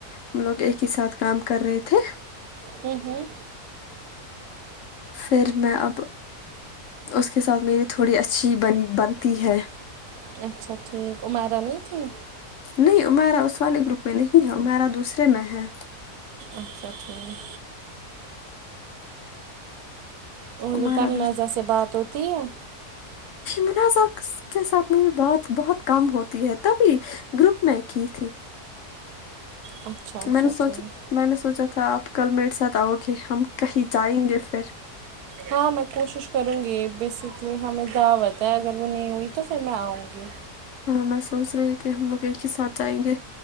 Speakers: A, on the left; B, on the right.
A: ہم لوگ ایک ہی ساتھ کام کر رہے تھے
B: ہوں ہوں
A: پھر میں اب اس کے ساتھ میری تھوڑی اچھی بن۔ بنتی ہے
B: اچھا ٹھیک عمیرہ نہیں تھی
A: نہیں عمیرا اس والے گروپ میں نہیں ہے عمیرا دوسرے میں ہے
B: اچھا ٹھیک اور
A: ہمارا
B: بتا منازہ سے بات ہوتی ہے
A: منازہ کے ساتھ میری بات بہت کم ہوتی ہے تبھی گروپ میں کی تھی
B: اچھا اچھا
A: میں نے سوچ
B: ٹھیک
A: میں نے سوچا تھا آپ کل میرے ساتھ آؤ گی ہم کہیں جائیں گے پھر
B: ہاں میں کوشش کروں گی بیسکلی ہمیں دعوت ہے اگر وہ نہیں ہوئی تو پھر میں آؤں گی
A: ہاں میں سوچ رہی تھی ہم لوگ ایک ہی ساتھ جائیں گے